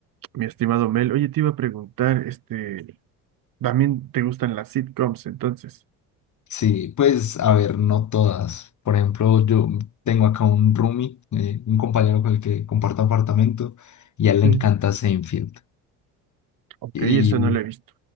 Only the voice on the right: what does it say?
mi estimado Mel, oye, te iba a preguntar, este, ¿también te gustan las sitcoms entonces?
Sí.
Ok,
eso no lo he visto.